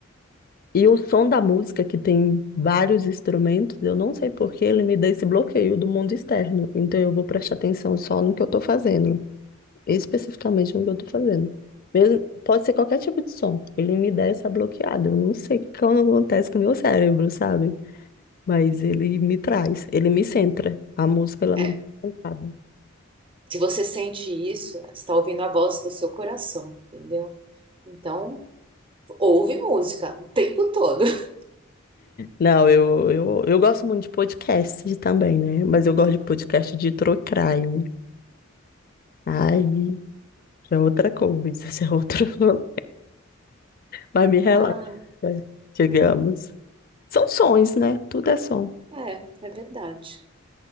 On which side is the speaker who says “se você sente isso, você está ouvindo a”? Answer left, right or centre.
Right